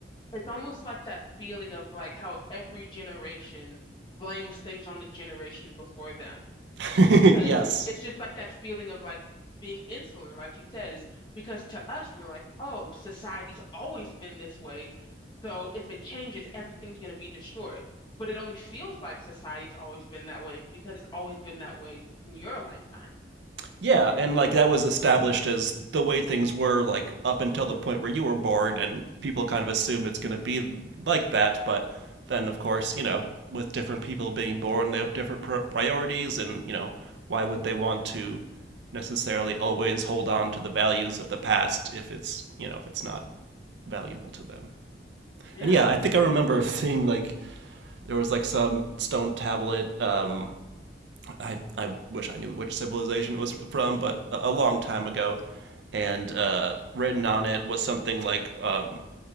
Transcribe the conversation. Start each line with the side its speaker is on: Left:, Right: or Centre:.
Left: It's almost like that feeling of like how every generation blames things on the generation before them
Right: <laughs>
Left: because
Right: yes.
Left: it's just like that feeling of like being insular, like you said, is because to us we're like, oh, society's always been this way, so if it changes, everything's going to be destroyed. But it only feels like society's always been that way because it's always been that way in your lifetime.
Right: Yeah, and like that was established as the way things were like up until the point where you were born, and people kind of assume it's going to be like that. But then, of course, you know, with different people being born, they have different pr- priorities, and you know, why would they want to necessarily always hold on to the values of the past if it's you know if it's not valuable to them.
Left: Yeah,
Right: And yeah, I think I remember <laughs> seeing like there was like some stone tablet. Um, I I wish I knew which civilization it was from, but a, a long time ago, and uh, written on it was something like um,